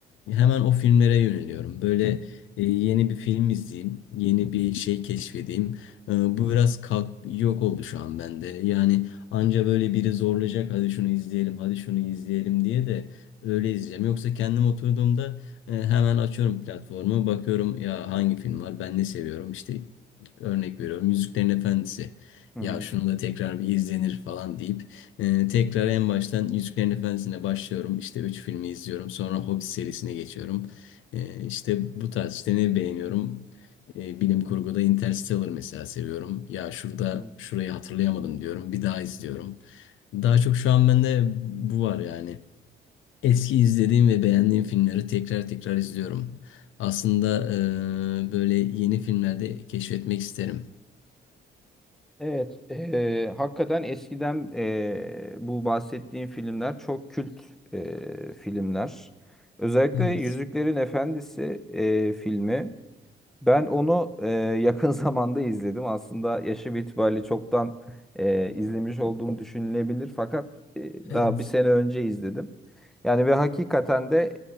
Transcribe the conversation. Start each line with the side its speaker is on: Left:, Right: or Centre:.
Left: Hemen o filmlere yöneliyorum. Böyle e, yeni bir film izleyeyim, yeni bir şey keşfedeyim. E, bu biraz kalk yok oldu şu an bende. Yani anca böyle biri zorlayacak, hadi şunu izleyelim, hadi şunu izleyelim diye de öyle izleyeceğim. Yoksa kendim oturduğumda e, hemen açıyorum platformu, bakıyorum ya hangi film var, ben ne seviyorum. İşte örnek veriyorum, Yüzüklerin Efendisi.
Centre: Hı hı.
Left: Ya şunu da tekrar bir izlenir falan deyip ee, tekrar en baştan Yüzüklerin Efendisi'ne başlıyorum. İşte 3 filmi izliyorum. Sonra Hobbit serisine geçiyorum. Ee, işte bu tarz işte ne beğeniyorum? Ee, bilim kurguda Interstellar mesela seviyorum. Ya şurada
Centre: Hı hı.
Left: şurayı hatırlayamadım diyorum. Bir daha izliyorum. Daha çok şu an bende bu var yani. Eski izlediğim ve beğendiğim filmleri tekrar tekrar izliyorum. Aslında eee, böyle yeni filmlerde keşfetmek isterim.
Centre: Evet, eee, hakikaten eskiden eee, bu bahsettiğim filmler çok kült eee, filmler. Özellikle
Left: Evet.
Centre: Yüzüklerin Efendisi eee, filmi. Ben onu e, yakın <laughs> zamanda izledim. Aslında yaşım itibariyle çoktan e, izlemiş olduğum düşünülebilir. Fakat e,
Left: Evet.
Centre: daha bir sene önce izledim. Yani ve hakikaten de